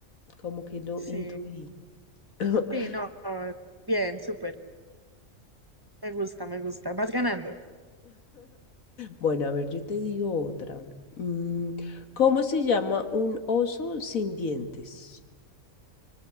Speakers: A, on the left; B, on the right.
A: como que lo
B: Sí,
A: intuí. <laughs>
B: sí, no, no, bien, súper. Me gusta, me gusta. Vas ganando.
A: Bueno, a ver, yo te digo otra. Mm, ¿Cómo se llama un oso sin dientes?